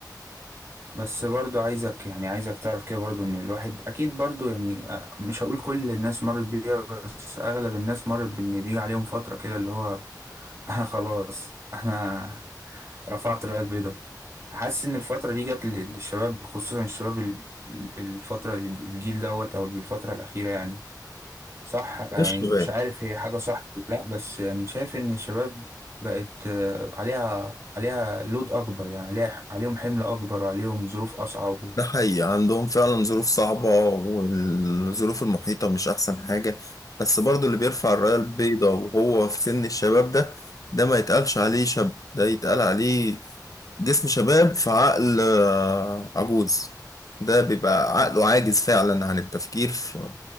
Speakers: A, on the right (about 40°); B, on the left (about 50°).
A: بس برضو عايزك يعني عايزك تعرف كده برضو ان الواحد اكيد برضو يعني آه، مش هقول كل الناس مرت بيها بس اغلب الناس مرت بان بيجي عليهم فترة كده اللي هو <laughs> انا خلاص انا رفعت الراية البيضاء حاسس ان الفترة دي جت لل- للشباب خصوصا الشباب ال- ال- الفترة الجيل دوت او الفترة الاخيرة يعني صح يعني
B: مش شباب
A: مش عارف هي حاجة صح ولا لا بس يعني شايف ان الشباب بقت آه، عليها عليها لود اكبر يعني عليها عليهم حمل اكبر وعليهم ظروف اصعب
B: ده حقيقي عندهم فعلا ظروف صعبة والظروف المحيطة مش أحسن حاجة بس برضو اللي بيرفع الراية البيضاء وهو في سن الشباب ده ده ما يتقالش عليه شاب ده يتقال عليه جسم شباب في عقل آه، عجوز ده بيبقى عقله عاجز فعلا عن التفكير في